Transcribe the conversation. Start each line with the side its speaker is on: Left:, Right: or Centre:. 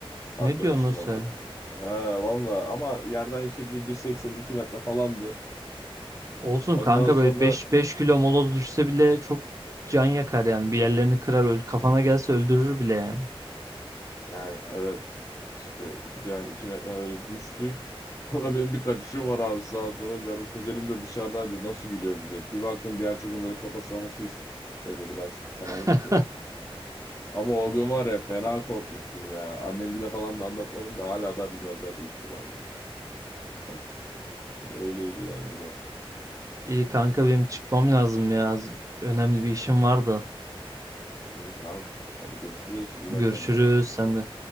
Left: arkadaşımla
Right: Ne diyorsun o sen?
Left: bu. He valla ama yerden yüksekliği 180 iki metre falandı.
Right: Olsun
Left: Ondan
Right: kanka
Left: sonra
Right: böyle beş beş kilo moloz düşse bile çok can yakar yani. Bir yerlerini kırar, öl kafana gelse öldürür bile yani.
Left: yani evet işte bir de yani 2 metre öyle düştük. <laughs> Sonra benim bir kaçışım var abi sağa sola görüyorum. Kuzenim de dışarıdaydı nasıl gülüyor bize. Bir baktım diğer çocuğun böyle kafası hafif böyle biraz kanamıştı.
Right: <laughs>
Left: Ama o gün var ya fena korkmuştum ya. Annemgile falan da anlatmadım da hala da bilmezler büyük ihtimalle. <laughs> Öyleydi yani bro.
Right: İyi kanka benim çıkmam lazım ya. Önemli bir işim var da.
Left: İyi tamam. Hadi görüşürüz. İyi
Right: Görüşürüz
Left: bak kendine.
Right: sen de.